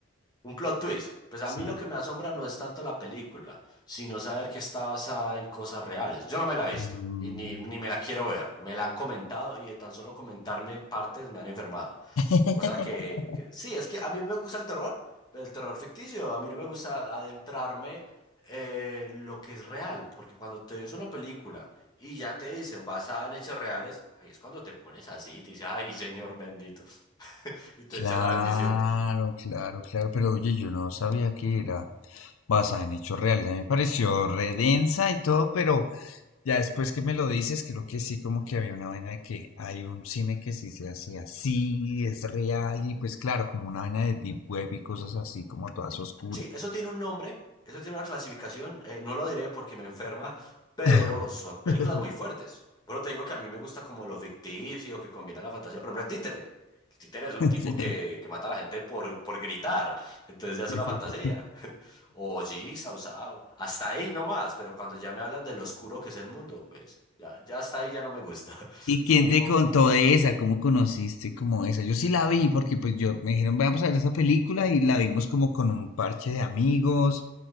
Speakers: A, on the left; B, on the left.
A: Un plot twist. Pues a
B: sí.
A: mí lo que me asombra no es tanto la película, sino saber que está basada en cosas reales. Yo no me la he visto
B: Mm.
A: y ni, ni me la quiero ver. Me la han comentado y de tan solo comentarme partes me han enfermado.
B: <laughs>
A: Cosa que, que- sí, es que a mí me gusta el terror, el terror ficticio. A mí no me gusta adentrarme eh, en lo que es real, porque cuando te ves una película y ya te dicen basada en hechos reales, ahí es cuando te pones así y te dices, ay, señor bendito, y te
B: Claro,
A: echa la bendición.
B: claro, claro, pero oye, yo no sabía que era basada en hechos reales. A mí me pareció re densa y todo, pero ya después que me lo dices, creo que sí, como que había una vaina de que hay un cine que sí se hace así, es real, y pues claro, como una vaina de deep web y cosas así, como todas oscuras.
A: Sí, eso tiene un nombre, eso tiene una clasificación, eh, no lo diré porque me enferma, pero
B: <laughs>
A: son películas muy fuertes. Pero te digo que a mí me gusta como lo ficticio que combina la fantasía. Por ejemplo, el títere. El títere es un tipo
B: Sí,
A: que, que mata a la gente por, por gritar, entonces ya es
B: sí,
A: una fantasía.
B: sí.
A: <laughs> O Jigsaw, Saw, hasta ahí nomás, pero cuando ya me hablan de lo oscuro que es el mundo, pues ya, ya hasta ahí ya no me gusta. <laughs>
B: ¿Y
A: Son,
B: quién te
A: oh,
B: contó de esa? ¿Cómo conociste como esa? Yo sí la vi porque pues yo me dijeron, vamos a ver esa película
A: no.
B: y la vimos como con un parche de amigos.